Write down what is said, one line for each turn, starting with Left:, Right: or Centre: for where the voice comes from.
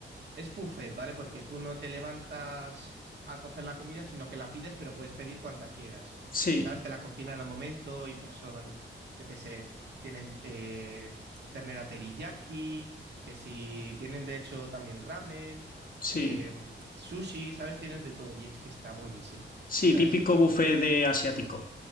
Right: es buffet, ¿vale? Porque tú no te levantas a coger la comida, sino que la pides, pero puedes pedir cuanta quieras.
Left: Sí,
Right: ¿Sabes? Te la cocinan al momento y pues son, yo qué sé, tienen eh, ternera teriyaki, que si tienen de hecho también ramen,
Left: sí,
Right: eh, sushi, ¿sabes? Tienen de todo y es que está buenísimo,
Left: sí,
Right: ¿sabes?
Left: típico buffet de asiático.